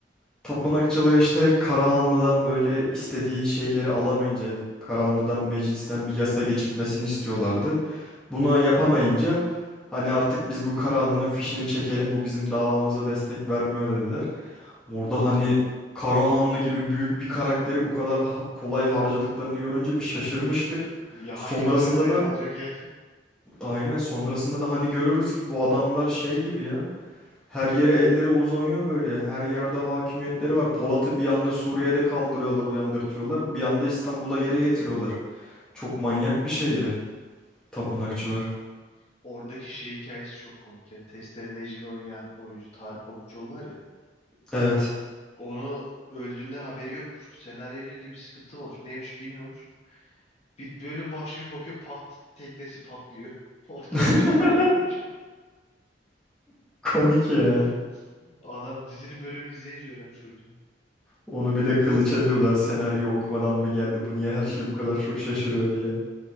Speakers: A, in the centre; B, on the left.
A: Tapınakçılar işte Karahanlı'dan böyle istediği şeyleri alamayınca Karahanlı'dan meclisten bir yasa geçirtmesini istiyorlardı. Buna yapamayınca hani artık biz bu Karahanlı'nın fişini çekelim bu bizim davamıza destek vermiyor dediler. Orada hani Karahanlı gibi büyük bir karakteri bu kadar ha- kolay harcadıklarını görünce bir şaşırmıştık.
B: Ya
A: Sonrasında
B: hangi karakter
A: da
B: kalacak yani?
A: aynen sonrasında da hani görüyoruz ki bu adamlar şey gibi ya. Her yere elleri uzanıyor böyle. Her yerde hakimiyetleri var. Polat'ı bir anda Suriye'de kaldırıyorlar, uyandırtıyorlar. Bir anda İstanbul'a geri getiriyorlar. Çok manyak bir şeydi tapınakçılar.
B: <laughs> Oradaki şey hikayesi çok komik ya. Testere Necmi oynayan oyuncu Tarık Pabuçoğlu var ya.
A: Evet.
B: Onu öldüğünden haberi yokmuş. Senaryo ile ilgili bir sıkıntı mı olmuş. Neymiş bilmiyormuş. Bir bölüm başlıyor bir bakıyor pat teknesi patlıyor. <laughs> Orada
A: <laughs>
B: öldüğünü öğreniyormuş.
A: Komik ya.
B: <laughs> Adam dizinin bölümünü izleyince öğrenmiş öldüğünü.
A: Onu bir de kılıç ediyorlar senaryo okumadan
B: <laughs>
A: mı geldi bu niye her şey bu kadar çok şaşırıyor diye.